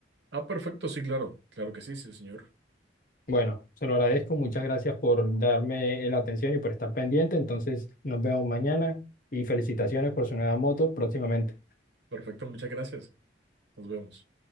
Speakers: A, on the right (about 70°); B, on the left (about 50°).
A: Ah, perfecto. Sí, claro. Claro que sí, sí, señor.
B: Bueno, se lo agradezco. Muchas gracias por darme la atención y por estar pendiente. Entonces, nos vemos mañana y felicitaciones por su nueva moto próximamente.
A: Perfecto. Muchas gracias. Nos vemos.